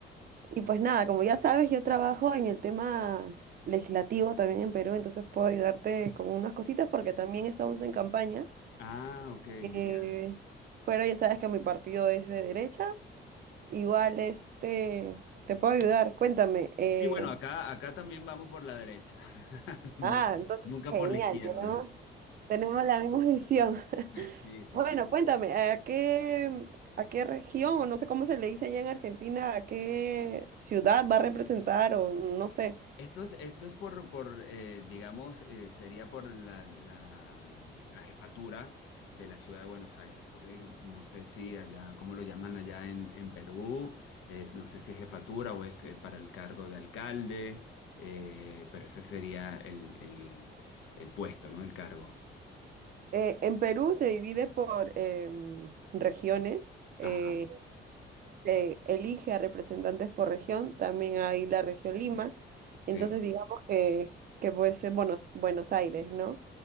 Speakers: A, on the right; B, on the left.
A: Y pues nada, como ya sabes, yo trabajo en el tema legislativo también en Perú, entonces puedo ayudarte con unas cositas porque también estamos en campaña.
B: Ah, ok,
A: Eh,
B: genial.
A: pero ya sabes que mi partido es de derecha. Igual, este, te puedo ayudar. Cuéntame. eh,
B: Sí, bueno, acá, acá también vamos por la derecha, <laughs> nunca,
A: Ah, entonces,
B: nunca
A: genial,
B: por la izquierda.
A: tenemos, tenemos la misma <laughs> visión.
B: Sí, sí,
A: Bueno,
B: sí.
A: cuéntame, ¿a qué, a qué región, o no sé cómo se le dice allá en Argentina, a qué ciudad va a representar, o no sé?
B: Esto es, esto es por, por eh, digamos, eh, sería por la, la, mm, la jefatura de la ciudad de Buenos Aires, ¿ok? No sé si allá, cómo lo llaman allá en, en Perú, es- no sé si es jefatura o es eh, para el cargo de alcalde, eh, pero ese sería el, el, el puesto, ¿no? El cargo.
A: Eh, en Perú se divide por em, regiones, eh,
B: Ajá,
A: se elige a representantes por región, también hay la región Lima,
B: sí.
A: entonces digamos que, que puede ser Buenos, Buenos Aires, ¿no?